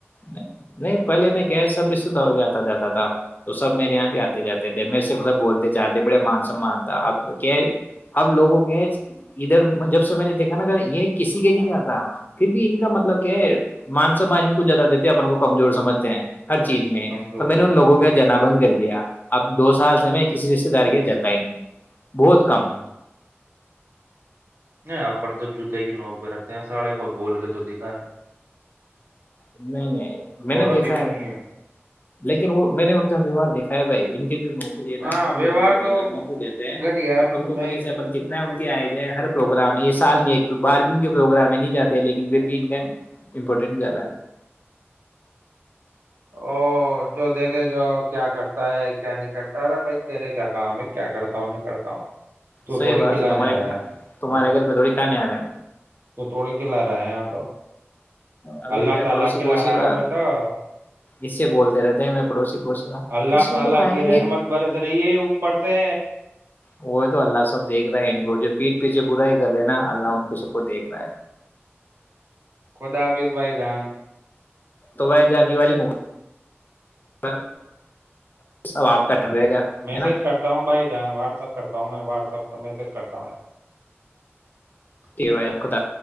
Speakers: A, on the left; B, on the right.
A: نہیں پہلے میں کیا ہے سب اس سے دوڑ گ آتا جاتا تھا تو سب میرے یہاں پہ آتے جاتے تھے م سے سب بولتے چالتے بڑے مان سمان تھا اب کیا اب لوگوں کے ہے ادھر جب سے میں نے دیکھا نا یہ کسی کے نہیں جاتا پھر بھی ان کا مطلب کیا ہے مان سمان ان کو زیادہ تے اپن کو کمزور سمجھتے ہیں ہر چیز میں
B: کمزور
A: تو میں
B: سمجھتے
A: نے ان لوگوں کا
B: ہیں۔
A: جنا بند کر دیا اب دو سال سے میں کسی رشتے دار کے جتا ہی نہیں بہت کم
B: ہوں نہیں اپپن تو جوتے ہی نوک میں رکھتے ہیں ساڑے کوئی بول گ تو دکھائے
A: نہیں نہیں میں نے دیکھا
B: ابھی بھی
A: ہے
B: نہیں
A: لیکن وہ میں نے ان کا ویوہار دیکھا ہے بائی <inaudible> جو نوکری ہے نا
B: ہاں
A: ان
B: ویوہار
A: لووں کو
B: تو
A: زیادہ موقع دیتے ہیں
B: گھٹیا ہے
A: اپن
B: میں تمہیں
A: کو بول کتنا ان کے آئے جائے ہر پروگرام ہے یہ سال میں بار بھی ان کے پروگرام میں نہیں جاتے لیکن پھر بھی ان کا امپورٹنٹ ہے
B: ا جو دیکھے جو کیا کرتا ہے کیا نہیں کرتا ارا بھائی تیرے کیا کام ہے کیا کرتا ہوں نہیں کرتا ہوں تو
A: صحی
B: تھوڑی
A: بات
B: کھلانے
A: ہے تمہارے
B: آ رہا ہے
A: تمہارے گھر پہ تھوڑی کہانی آ رہے ہیں
B: کو توڑ کے لا رہا ہے یہاں تو <unintelligible>
A: ابھی میرے پڑوسی پڑوسی بار اس سے بولتے رہتے ہیں میں پڑوسی
B: اللہ
A: سو
B: تعالی
A: کا
B: کی
A: ہے
B: رحمت برس رہی ہے اوپر سے
A: وہ تو اللہ سب دیکھ رہے ہیں ان کو جو پیٹھ پیچھے برا ہی کر دینا اللہ ان کو سب کو دیکھنا ہے
B: خدا حافیظ بھائی جان
A: تو بائی جانی والی م ب سب آپ
B: ہ
A: کان رہے گا
B: میسج
A: ہے نا
B: کرتا ہوں بھائی جان واٹسپ کرتا ہوں میں واٹس اپ کا میسج کرتا ہوں
A: د ب ان کوتا